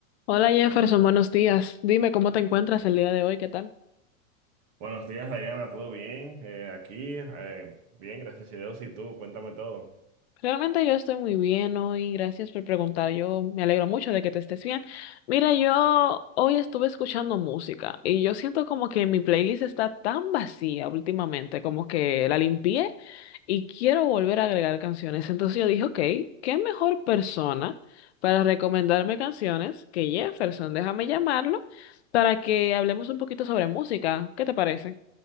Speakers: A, on the left; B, on the right.
A: Hola Jefferson, buenos días. Dime cómo te encuentras el día de hoy, ¿qué tal?
B: Buenos días, Diana, ¿todo bien? Eh, aquí, eh, bien, gracias a Dios, y tú, cuéntame todo.
A: Realmente yo estoy muy bien hoy, gracias por preguntar. Yo me alegro mucho de que te estés bien. Mira, yo hoy estuve escuchando música y yo siento como que mi playlist está tan vacía últimamente, como que la limpié y quiero volver a agregar canciones. Entonces yo dije, ok, ¿qué mejor persona para recomendarme canciones que Jefferson? Déjame llamarlo para que hablemos un poquito sobre música. ¿Qué te parece?